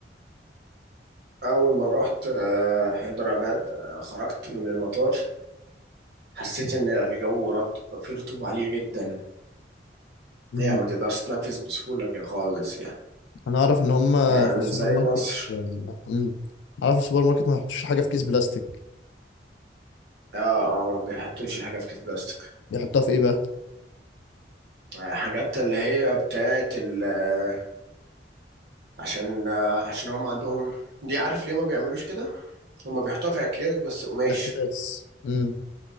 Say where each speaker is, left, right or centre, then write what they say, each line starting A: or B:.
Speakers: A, on the right; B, on the left.
A: أول ما رحت آه، حيدرباد آه، خرجت من المطار حسيت إن الجو رط... فيه رطوبة عالية جدا
B: مم.
A: يعني ما تقدرش تتنفس بسهولة كده خالص يعني
B: انا اعرف ان هم
A: يعني
B: في السوبر
A: زي
B: ماركت
A: مصر
B: مم. اعرف في السوبر ماركت ما يحطوش حاجه في كيس بلاستيك
A: اه اه ما بيحطوش حاجة في كيس بلاستيك
B: بيحطها في ايه بقى
A: آه، حاجات اللي هي بتاعة ال آه، عشان آه، عشان هم عندهم دي عارف ليه ما بيعملوش كده هم بيحطوها في أكياس بس قماش
B: الاحتباس مم.